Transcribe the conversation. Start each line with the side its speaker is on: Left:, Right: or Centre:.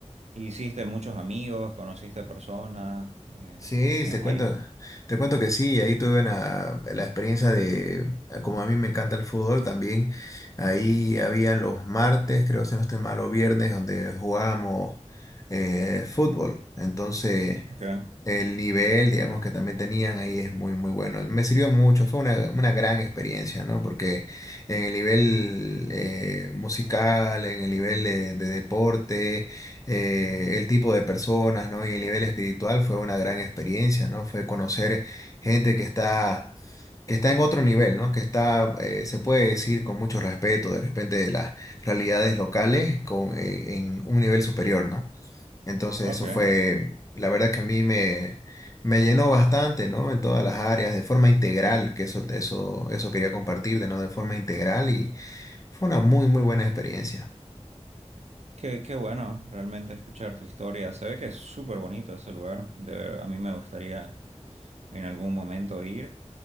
Right: hiciste muchos amigos, conociste personas eh,
Left: Sí,
Right: eh,
Left: te cuento,
Right: ahí.
Left: te cuento que sí, ahí tuve una, la experiencia de, como a mí me encanta el fútbol, también ahí habían los martes, creo si no estoy mal, o viernes, donde jugábamos eh, fútbol. Entonces,
Right: Ok,
Left: El nivel, digamos, que también tenían ahí es muy, muy bueno. Me sirvió mucho, fue una, una gran experiencia, ¿no? Porque en el nivel eh, musical, en el nivel de, de deporte, eh, el tipo de personas, ¿no? Y el nivel espiritual fue una gran experiencia, ¿no? Fue conocer gente que está, que está en otro nivel, ¿no? Que está, eh, se puede decir con mucho respeto, de repente, de las realidades locales con, eh, en un nivel superior, ¿no? Entonces
Right: ok.
Left: eso fue, la verdad que a mí me, me llenó bastante, ¿no? En todas las áreas, de forma integral, que eso, eso, eso quería compartirte, ¿no? De forma integral y fue una muy, muy buena experiencia.
Right: Qué, qué bueno realmente escuchar tu historia. Se ve que es súper bonito ese lugar. De ver- a mí me gustaría en algún momento ir.